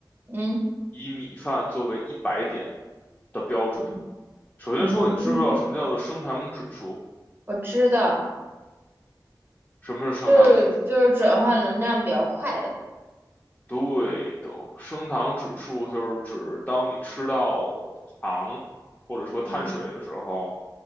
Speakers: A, on the right; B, on the left.
A: 嗯
B: 以米饭作为一百点的标准。
A: 嗯
B: 首先说，
A: 嗯，
B: 你知不知道什么叫做升糖指数？
A: 我知道，
B: 什么是升糖指数？
A: 就是就是转换能量比较快的，
B: 对的，升糖指数就是指当你吃到糖或者说碳水的时候，
A: 嗯